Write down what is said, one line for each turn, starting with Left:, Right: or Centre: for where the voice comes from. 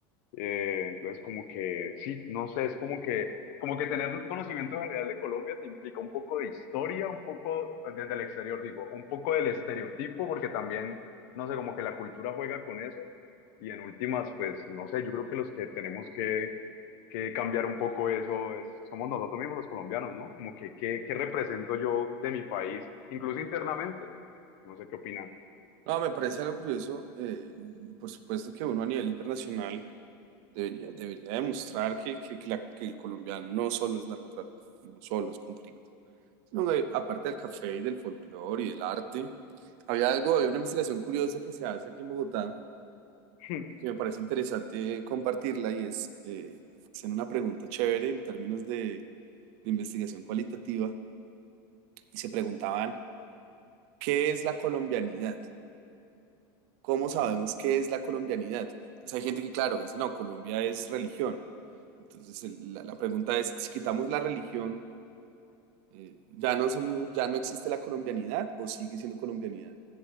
Left: eh, entonces, como que, sí, no sé, es como que, como que tener un conocimiento general de Colombia te implica un poco de historia, un poco ah, desde el exterior, digo, un poco del estereotipo, porque también, no sé, como que la cultura juega con eso. Y en últimas, pues, no sé, yo creo que los que tenemos que, que cambiar un poco eso es, somos nosotros mismos los colombianos, ¿no? Como que, ¿qué, qué represento yo de mi país, incluso internamente? No sé qué opinan.
Right: No, me parece algo curioso eh, y por supuesto que uno a nivel internacional Debería, debería demostrar que, que- que la- que el colombiano no solo es narcotráfico, que no solo es conflicto, sino que aparte del café y del folclore y del arte, había algo, había una investigación curiosa que se hace aquí en Bogotá,
Left: <laughs>
Right: que me parece interesante compartirla y es eh, hacer una pregunta chévere en términos de, de investigación cualitativa y se preguntaban, ¿qué es la colombianidad? ¿Cómo sabemos
Left: Sí.
Right: qué es la colombianidad? Entonces hay gente que, claro, dice, no, Colombia es religión. Entonces el- la la pregunta es, si quitamos la religión, Eh, ya no somos, ya no existe la colombianidad o sigue siendo colombianidad.